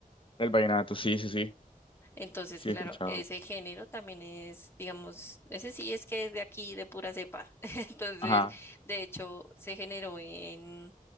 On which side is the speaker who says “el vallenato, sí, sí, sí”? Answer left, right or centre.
Left